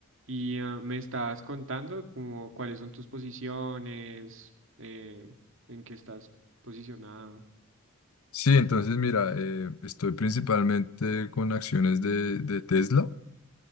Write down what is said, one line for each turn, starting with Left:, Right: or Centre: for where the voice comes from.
Right: Y ah, me estabas contando como cuáles son tus posiciones, eh, en qué estás posicionado.
Left: Sí, entonces mira, eh, estoy principalmente con acciones de, de Tesla